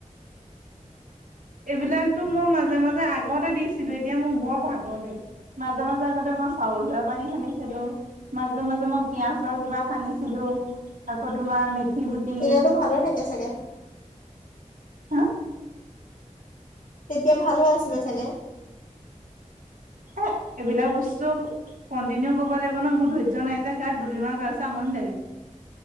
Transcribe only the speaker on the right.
এইবিলাকতো মই মাজে মাজে আগতে দিছিলো এতিয়া মোৰ বৰ ভাগৰ লাগে। মাজে মাজে আগতে মই চাউল ধোৱা পানী সানিছিলো। মাজে মাজে মই পিয়াজৰ কিবা সানিছিলো, আকৌ তোমাৰ মে ঠি গুটি,
হা?
এ এইবিলাক বস্তু কণ্টিনিউ কৰিব লাগিব ন মোৰ ধৈৰ্য নাই যে গাত দুদিনৰ কৰাৰ পাছত আমনি লাগে।